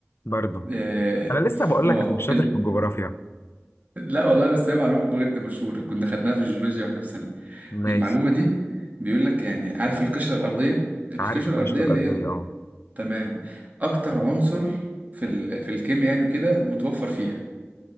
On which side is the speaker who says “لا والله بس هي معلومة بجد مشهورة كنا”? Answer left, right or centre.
Right